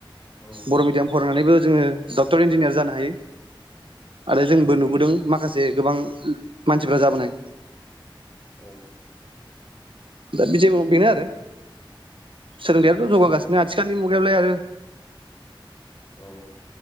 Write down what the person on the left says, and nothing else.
औ नंगौ
नोंथां
औ
औ
जों
औ